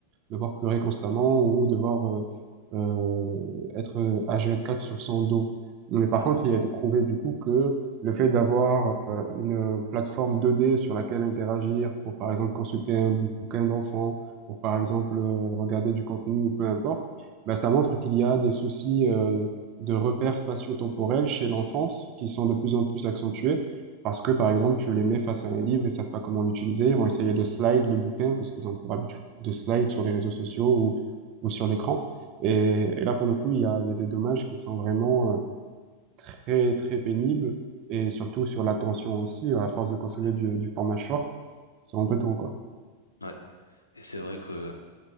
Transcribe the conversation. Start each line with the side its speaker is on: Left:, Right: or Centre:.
Right: devoir pleurer constamment ou devoir euh, euh, être euh, H24 sur son dos. Mais par
Left: Ouais,
Right: contre, il a été prouvé du coup que le fait d'avoir euh, une plateforme 2D sur laquelle interagir pour, par exemple, consulter un bouquin d'enfant, pour, par exemple, euh, regarder du contenu ou peu importe, ben, ça montre qu'il y a des soucis euh, de repères spatio-temporels chez l'enfance qui sont de plus en plus accentués parce que, par exemple, tu les mets face à un livre, ils savent pas comment l'utiliser, ils vont essayer de slide le bouquin parce qu'ils ont pour habitude de slide sur les réseaux sociaux ou, ou sur l'écran. Et, et là, pour le coup, il y a, il y a des dommages qui sont vraiment euh, très, très pénibles et surtout sur l'attention aussi, euh, à force de consommer
Left: ouais,
Right: du, du format short, c'est embêtant, quoi.
Left: ouais. Et c'est vrai que euh,